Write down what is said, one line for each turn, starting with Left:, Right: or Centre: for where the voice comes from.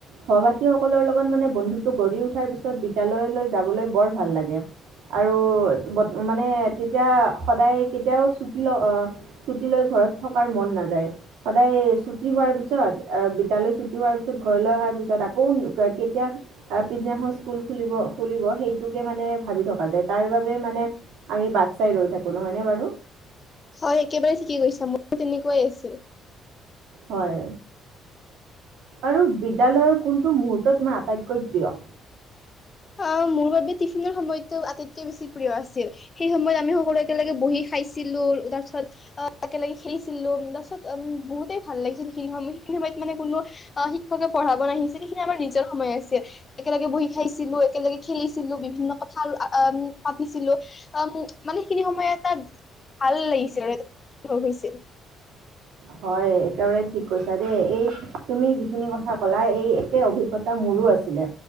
Right: সহপাঠীসকলৰ লগত মানে বন্ধুটো, গঢ়ি উঠাৰ পিছত, বিদ্যালয় যাবলৈ বৰ ভাল লাগে, আৰু মানে তেতিয়া সদায় কেতিয়াও ছুটি, ছুটি লৈ ঘৰত থকাৰ মন নাযায়। সদায় ছুটি হোৱাৰ পিছত, বিদ্যালয় ছুটি হোৱাৰ পিছত, ঘৰলৈ অহাৰ পিছত, আকৌ কেতিয়া পিছদিনা খন স্কুল খুলিব, খুলিব, সেইটোকে মানে ভাবি থকা যায়, তাৰ বাবে মানে আমি বাট চাই ৰৈ থাকো, নহয়নে বাৰু।
Left: হয়, একেবাৰে ঠিকে কৈছা মোৰ তেনেকুৱাই আছিল।
Right: হয়। আৰু বিদ্যালয়ৰ কোনটো মূহুৰ্ত তোমাৰ আটাইতকৈ প্ৰিয়।
Left: অ' মোৰ বাবে টিফিনৰ সময়টো আটাইতকে বেছি প্ৰিয় আছিল সেই সময়ত আমি সকলোৱে একেলগে বহি খাইছিলো। তাৰপিছত একেলগে খেলিছিলো তাৰপিছত উম বহুতেই ভাল লাগিছিল সেইখিনি সময় সেইখিনি সময়ত মানে কোনো অ' শিক্ষকে পঢ়াব নাহিছিল, সেইখিনি আমাৰ নিজৰ সময় আছিল একেলগে বহি খাইছিল। যিবোৰ একেলগে খেলিছিলো বিভিন্ন কথা আমি পাতিছিলো আহ মানে সেইখিনি সময় এটা ভাল লাগিছিল আৰু অনুভৱ হৈছিল।
Right: হয়, একেবাৰে ঠিক কৈছা দেই, এই তুমি যিখিনি কথা ক'লা এই একে অভিজ্ঞতা মোৰো আছিলে